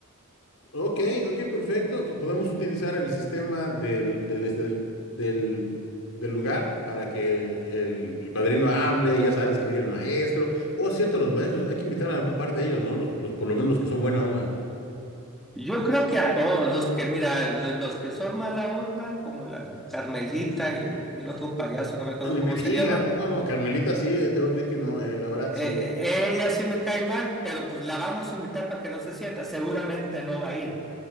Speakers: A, on the left (about 80°); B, in the centre.
A: Ok, ok, perfecto. Tu- Podemos utilizar el sistema del, del, este, del, del- del lugar para que el, el padrino hable, ya sabes que llegue el maestro. O cierto, los maestros, hay que invitar a un par de ellos, ¿no? Los, los por lo menos los que son buena onda.
B: Yo creo que a todos los que, mira, lo- los, que son mala onda, como la Carmelita y el, y el otro payaso, no me acuerdo
A: Ah, Ni
B: cómo
A: me
B: se
A: digas,
B: llama,
A: <laughs> no, no, no, Carmelita sí, eh, te voy a pedir que no, eh, la verdad
B: eh,
A: sí.
B: ella sí me cae mal, pero pues la vamos a invitar para que no se sienta. Seguramente no va a ir,